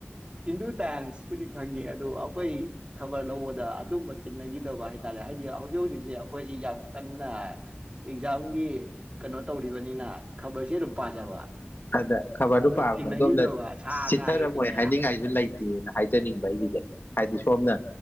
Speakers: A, on the right; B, on the left.
A: ꯍꯤꯟꯗꯨ ꯇꯥꯏꯝꯁꯄꯨꯗꯤ ꯈꯪꯉꯤ ꯑꯗ ꯑꯈꯣꯏ ꯈꯕꯔ ꯂꯧꯕꯗ ꯑꯗꯨꯝꯕ ꯊꯦꯡꯅꯈꯤꯗꯕ ꯍꯥꯏ ꯇ ꯍꯥꯏꯗꯤ ꯍꯧꯖꯤꯛ ꯍꯧꯖꯤꯛꯁꯦ ꯑꯩꯈꯣꯏꯁꯤ ꯌꯥꯝ ꯀꯟ ꯅ ꯑꯦꯛꯖꯥꯝꯒꯤ ꯀꯩꯅꯣ ꯇꯧꯔꯤꯕꯅꯤꯅ ꯈꯕꯔꯁꯤ ꯑꯗꯨꯝ ꯄꯥꯖꯕ
B: ꯑꯗ ꯈꯕꯔꯗꯨ
A: ꯑꯗ
B: ꯄꯥꯕꯗ
A: ꯊꯦꯡꯅꯈꯤꯗꯕ
B: ꯑꯗꯣꯝꯗ
A: ꯁꯥ
B: ꯆꯤꯊꯔꯝꯃꯣꯏ
A: ꯉꯥꯒꯤꯁꯤ ꯀꯌꯥ
B: ꯍꯥꯏꯅꯤꯡꯉꯥꯏꯁꯨ ꯂꯩ ꯍꯥꯏꯖꯅꯤꯡꯕ ꯑꯩꯒꯤꯁꯦ ꯍꯥꯏꯗꯤ ꯁꯣꯝꯅ